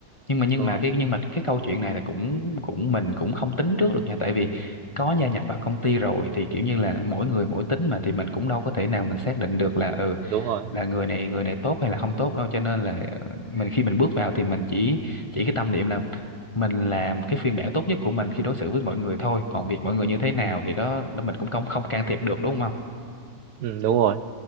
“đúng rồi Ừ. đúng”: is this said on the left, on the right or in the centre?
Right